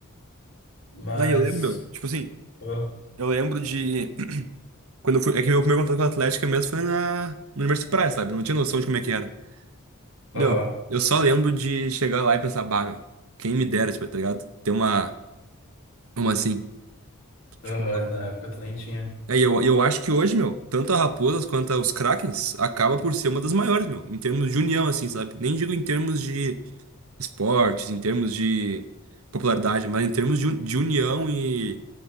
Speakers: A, on the left; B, on the right.
A: mas.
B: Daí eu lembro, meu, tipo assim,
A: ah,
B: eu lembro de. Quando eu fui. É que meu primeiro contato com a Atlética mesmo foi na, no Universidade Praia, sabe? Eu não tinha noção de como é que era. Meu,
A: Aham,
B: eu só lembro de chegar lá e pensar, bah, meu, quem me dera, tipo, tá ligado? Ter uma. Uma assim.
A: aham,
B: tipo,
A: na época tu nem tinha.
B: É, e eu, eu acho que hoje, meu, tanto a Raposas quanto os Krakens acaba por ser uma das maiores, meu, em termos de união, assim, sabe? Nem digo em termos de esportes, em termos de popularidade, mas em termos de, un- de união e